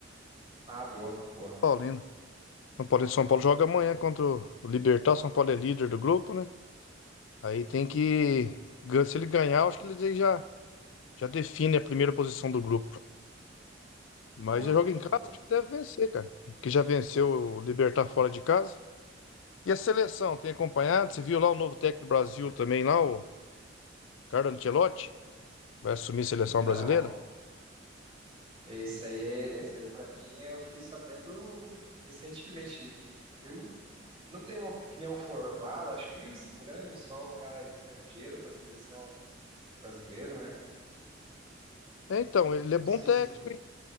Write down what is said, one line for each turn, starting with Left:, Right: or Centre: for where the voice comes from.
Right: Ah, boa, boa,
Left: Paulino. São Paulino, São Paulo joga amanhã contra o Libertad. São Paulo é líder do grupo, né? Aí tem que. gan- Se ele ganhar, eu acho que ele já, já define a primeira posição do grupo. Mas
Right: boa,
Left: já joga em casa,
Right: boa.
Left: acho que deve vencer, cara. Porque já venceu o Libertad fora de casa. E a seleção, tem acompanhado? Você viu lá o novo técnico do Brasil também, lá, o Carlo Ancelotti? Vai assumir a seleção
Right: Então,
Left: brasileira?
Right: esse aí é, essa aí pra mim é, eu fiquei sabendo recentemente. Eu não tenho uma opinião formada, acho meio estranho só um cara estrangeiro pra seleção brasileiro, né?
Left: É, então, ele é
Right: Não
Left: bom
Right: sei
Left: técnico,
Right: se.
Left: hein?